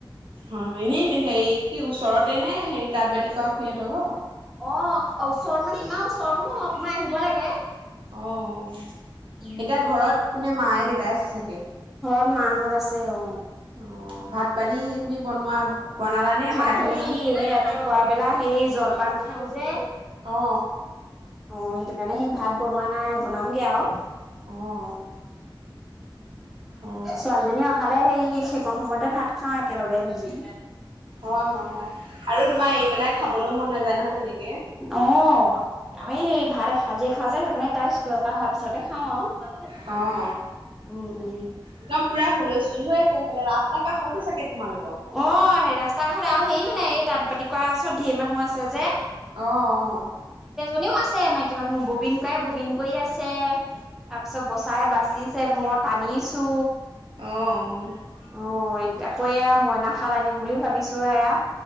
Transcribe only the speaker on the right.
অ এনেই ন সেই কি ওচৰতে নে হেৰি তাঁত বাতি কৰা খুইহঁতক ঘ
অ'
এতিয়া ঘৰত কোনে, মায়ে দেতাই আছে চাগে?
অ' ভাত পানী তুমি বনোৱা বনালানে
বনাই থৈ
গৈছা
অ
অ অ অ
হয় হয় আৰু তোমাৰ এৰি পেলাই খাবলৈও মন নাযায় নহয় তেনেকে
অ অ
একদম পুৰা হুলস্থুল হৈ আছে। সেইফালে ৰাস্তাৰ কাষতে চাগে তোমালোকৰ
আহ অ'।
অ' অ'।